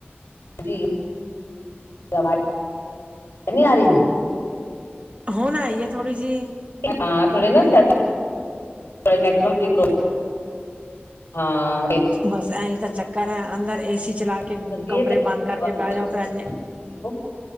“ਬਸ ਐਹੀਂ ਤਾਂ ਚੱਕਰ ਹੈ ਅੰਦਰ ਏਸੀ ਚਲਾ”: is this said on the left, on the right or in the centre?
Right